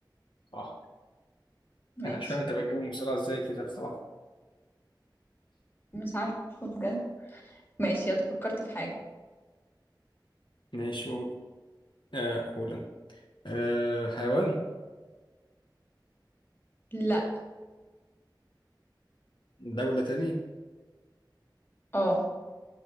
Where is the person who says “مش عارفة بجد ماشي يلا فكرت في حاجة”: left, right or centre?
Left